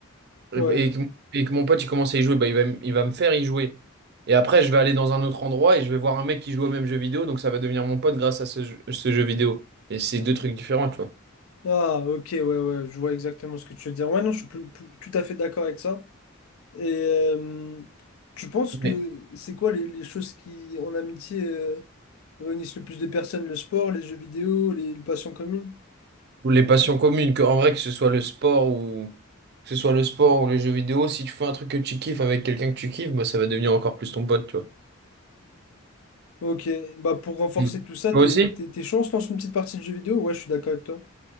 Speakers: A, on the right; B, on the left.
A: et,
B: Ouais.
A: bah- et que, et que mon pote il commence à y jouer, bah il va, m- il va me faire y jouer. Et après, je vais aller dans un autre endroit et je vais voir un mec qui joue au même jeu vidéo, donc ça va devenir mon pote grâce à ce, jeu- ce jeu vidéo. Et c'est deux trucs différents, tu vois.
B: Ah, ok, ouais, ouais, je vois exactement ce que tu veux dire. Ouais, non, je suis plus- plus- tout à fait d'accord avec ça. Et euh, tu penses
A: Hmm.
B: que c'est quoi les, les choses qui, en amitié, euh, réunissent le plus de personnes? Le sport, les jeux vidéo, les, les passions communes?
A: Ou les passions communes, que, en vrai, que ce soit le sport ou que ce soit le sport ou les jeux vidéo, si tu fais un truc que tu kiffes avec quelqu'un que tu kiffes, bah, ça va devenir encore plus ton pote, tu vois.
B: Ok, bah pour renforcer
A: Mm.
B: tout ça,
A: Toi
B: t'es,
A: aussi?
B: t'es, t'es chaud, on se lance une petite partie de jeux vidéo? Ouais, je suis d'accord avec toi.